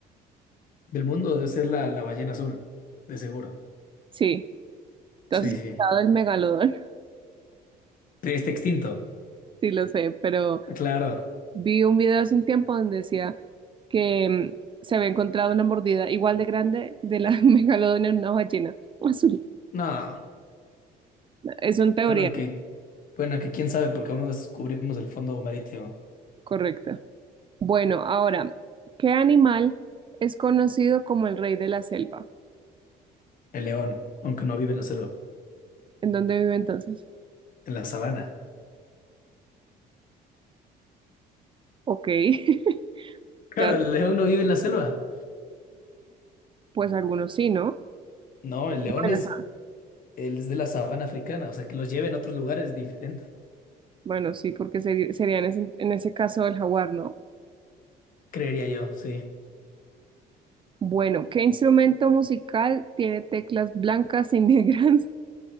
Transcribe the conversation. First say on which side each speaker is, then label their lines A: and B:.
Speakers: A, on the left; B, on the right.
A: Del mundo debe ser la, la ballena azul, de seguro.
B: Sí. ¿Tú
A: Sí,
B: has escuchado
A: sí.
B: el megalodón? <laughs>
A: Pero está extinto.
B: Sí, lo sé, pero
A: Claro.
B: Vi un video hace un tiempo donde decía que mm, se había encontrado una mordida igual de grande de la <laughs> megalodón en una ballena azul.
A: No.
B: Es una teoría,
A: Bueno, que, bueno, que quién sabe, porque aún no descubrimos el fondo marítimo.
B: correcto. Bueno, ahora, ¿qué animal es conocido como el rey de la selva?
A: El león, aunque no vive en la selva,
B: ¿En dónde vive entonces?
A: en la sabana.
B: Ok, <laughs>
A: Claro,
B: ya,
A: el león no vive en la selva.
B: pues algunos sí, ¿no?
A: No, el león
B: Bueno,
A: es
B: sa-
A: Él es de la sabana africana, o sea, que los lleve en otros lugares es diferente,
B: Bueno, sí, porque seri- sería en ese, en ese caso el jaguar, ¿no?
A: creería yo, sí.
B: Bueno, ¿qué instrumento musical tiene teclas blancas y negras?